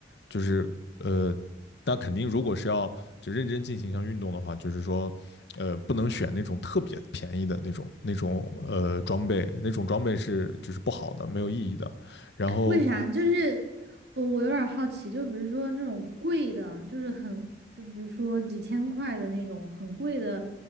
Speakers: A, on the left; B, on the right.
A: 就是呃，那肯定如果是要就认真进行一项运动的话，就是说呃，不能选那种特别便宜的那种那种呃装备，那种装备是就是不好的，没有意义的。然后
B: 为啥？就是我我有点儿好奇，就比如说那种贵的，就是很，就比如说几千块的那种很贵的